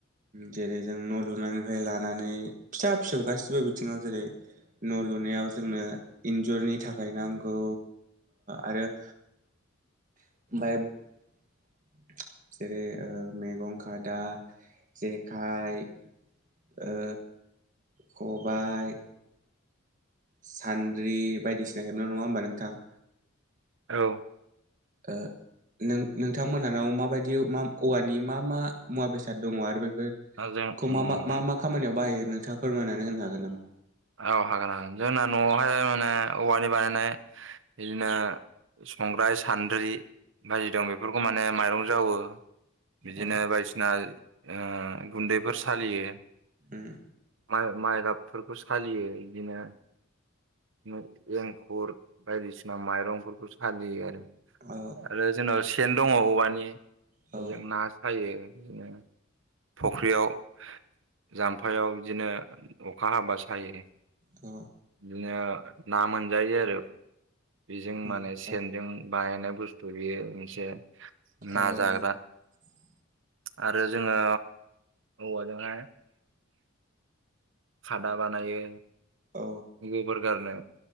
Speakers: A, on the right; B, on the right.
A: जेरै जों न लुनायनिफ्राय लानानै फिसा फिसौ गासिबो बिथिङाव जेरै न लुनायाव जोंनो इन्जुरनि थाखाय नांगौ आरो ओहो आमफ्राय <inaudible> जेरै ओ मैगं खादा, जेखाइ ओ खबाय सान्द्रि बायदिसिना हेबनायाव नङा होमबा नोंथां?
B: औ।
A: आ नों नोंथांमोनहानाव माबायदि औवानि मा मा मुवा बेसाद दङ आरो ब बे
B: औ जों उम
A: मा मा मा खामानियाव बाहायो नोंथाङा फोरमायनानै होनो हागोन नामा?
B: औ हागोन हागोन जोंना नआवहाय माने औवानि बानायनाय बिदिनो संग्राइ, सान्द्रि बायदि दं बेफोरखौ माने माइरं जावो। बिदिनो
A: अ
B: बायदिसिना ओ गुन्दैफोर सालियो
A: उम
B: माइ गाबफोरखौ सालियो। बिदिनो बिदि एंखुर बायदिसिना माइरंफोरखौ सालियो आरो।
A: औ
B: आरो जोंनाव सेन दङ औवानि
A: औ
B: बेजों ना सायो। बिदिनो फुख्रियाव जामफायाव बिदिनो अखा हाबासो सायो
A: औ
B: बिदिनो ना मोनजायो आरो। बेजों
A: उम
B: माने
A: औ
B: सेनजों बानायनाय बुस्थु बेयो मोनसे ना
A: औ
B: जाग्रा
A: <inaudible>
B: आरो जोङो औवाजोंहाय खादा बानायो।
A: औ
B: बेगर गारनो